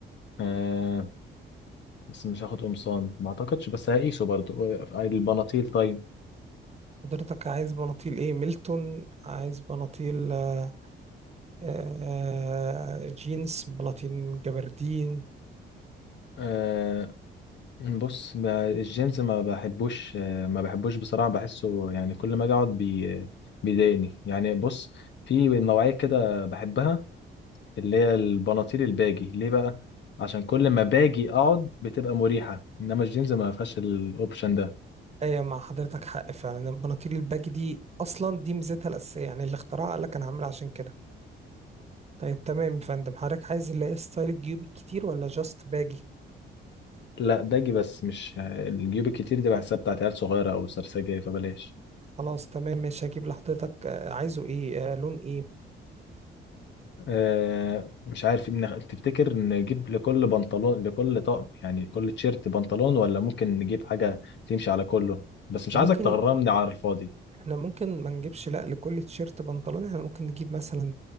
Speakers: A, on the left (about 65°); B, on the right (about 30°).
A: آه بس مش هاخد قمصان ما اعتقدش بس هقيسه برضه آه، البناطيل طيب
B: حضرتك عايز بناطيل ايه ميلتون عايز بناطيل آه، آه جينز بلاطين جبردين
A: آه، بص ب- الجيمز ما بحبوش ما بحبوش بصراحة بحسه يعني كل ما اجي اقعد بي بيضايقني يعني بص في نوعية كده بحبها اللي هي البناطيل الباجي ليه بقى عشان كل ما باجي اقعد بتبقى مريحة انما الجيمز ما فيهاش الاوبشن ده
B: ايوه مع حضرتك حق فعلا البناطيل الباجي دي اصلا دي ميزتها الاساسيه يعني اللي اخترعها قال لك انا هعملها عشان كده طيب تمام يا فندم حضرتك عايز اللي هي ستايل الجيوب الكتير ولا جاست باجي
A: لا باجي بس مش الجيوب الكتير دي بحسها بتاعت عيال صغيرة او سرسجة فبلاش
B: خلاص تمام ماشي هجيب لحضرتك آه، عايزه ايه آه لون ايه
A: آه، مش عارف إن- تفتكر نجيب لكل بنطلون لكل طقم يعني كل تيشيرت بنطلون ولا ممكن نجيب حاجة تمشي على كله بس
B: إحنا
A: مش عايزك
B: ممكن
A: تغرمني على الفاضي
B: احنا ممكن ما نجيبش لا لكل تيشيرت بنطلون احنا ممكن نجيب مثلا